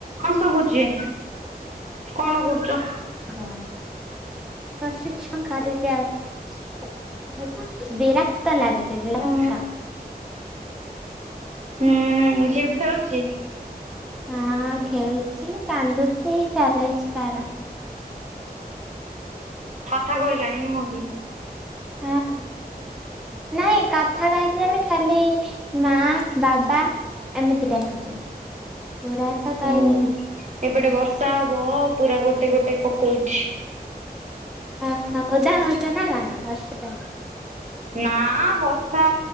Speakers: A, on the right; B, in the centre.
A: ହଁ ଶୁଭୁଛି, କଣ କରୁଛ?
B: ହଁ ବସିଛି <unintelligible> ବିରକ୍ତ ଲାଗୁଛି ବିଲକ୍ତ।
A: ହୁଁ ହୁଁ ଝିଅ ଖେଳୁଛି?
B: ହଁ ଖେଳୁଛି କାନ୍ଦୁଛି ଚାଲେଇଛି ତାର।
A: କଥା କହିଲାଣି ନୁହଁ କି?
B: ହଁ। ନାଇଁ କଥା କହୁଚି ବୋଲେ ଖାଲି ମା ବାବା। ଏମିତି ଡାକୁଛି ପୁର ତ
A: ହୁଁ
B: କହିନି କିଛି।
A: ଏପଟେ ବର୍ଷା ହବ ପୁରା ଗୋଟେ ଗୋଟେ ପକଉଛି।
B: ଅ ଓଦା ହଉଚ ନା କଣ ବର୍ଷାଟା।
A: ନା ବର୍ଷା